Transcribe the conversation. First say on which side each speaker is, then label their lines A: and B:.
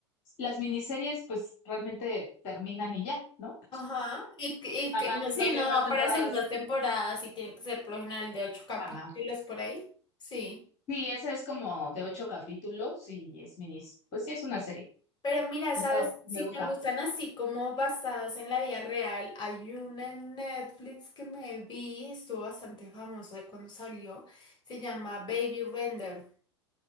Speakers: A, on the left (about 50°); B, on the left (about 30°).
A: Las miniseries pues realmente terminan y ya, ¿no?
B: Ajá. Y, que- y
A: Ajá,
B: que no sé,
A: no tiene
B: no va
A: más temporadas.
B: para segunda temporada, sí tiene que ser por lo general de ocho capítulos
A: Ajá.
B: por ahí. Sí.
A: Sí, esa es como de ocho capítulos y es minis. Pues sí, es una serie.
B: Pero mira, ¿sabes?
A: Está, me
B: Si
A: gusta.
B: te gustan así como basadas en la vida real, hay una en Netflix que me vi, estuvo bastante famosa cuando salió, se llama Baby Render.